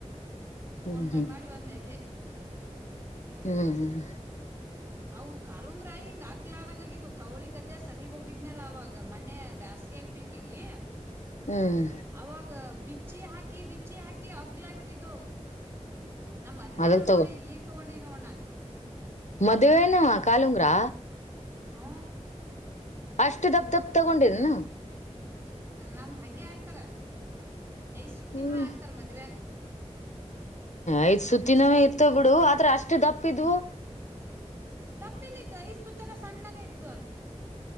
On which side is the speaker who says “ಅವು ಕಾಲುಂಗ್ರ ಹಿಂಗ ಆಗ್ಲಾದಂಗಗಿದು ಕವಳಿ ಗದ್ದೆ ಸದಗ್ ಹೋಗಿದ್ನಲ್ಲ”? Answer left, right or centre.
Right